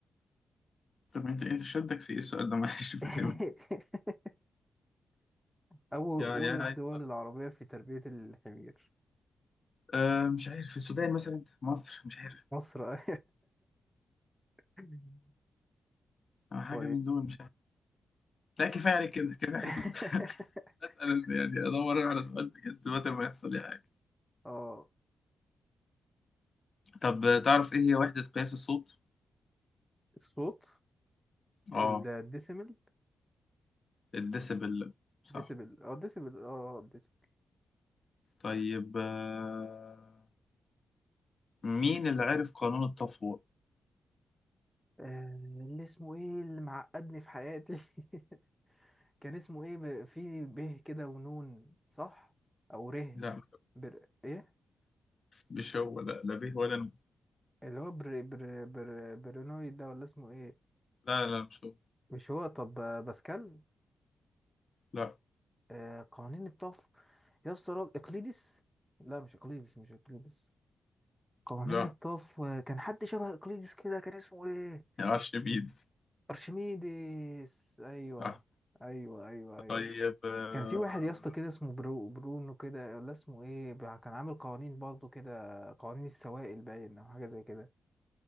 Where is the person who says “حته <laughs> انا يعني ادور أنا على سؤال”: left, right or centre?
Left